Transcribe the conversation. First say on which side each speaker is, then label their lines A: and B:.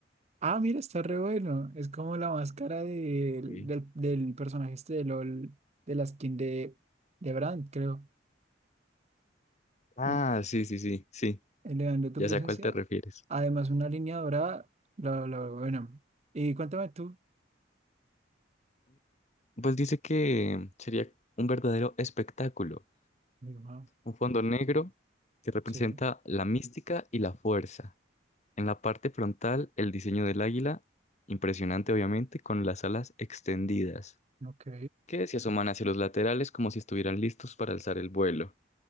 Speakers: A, on the right; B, on the left.
A: Ah, mira, está re bueno. Es como la máscara del,
B: ok.
A: del, del personaje este de LOL, de la skin de, de Brand, creo.
B: Ah,
A: Un-
B: sí, sí, sí, sí.
A: Elevando tu
B: Ya
A: presencia.
B: sé a cuál te refieres.
A: Además, una línea dorada. Bla, bla, bla, bueno. Y cuéntame tú.
B: Pues dice que sería un verdadero espectáculo,
A: Digo, ah,
B: un fondo negro que representa
A: sí,
B: la mística y la fuerza. En la parte frontal, el diseño del águila, impresionante obviamente, con las alas extendidas,
A: ok.
B: que se asoman hacia los laterales como si estuvieran listos para alzar el vuelo.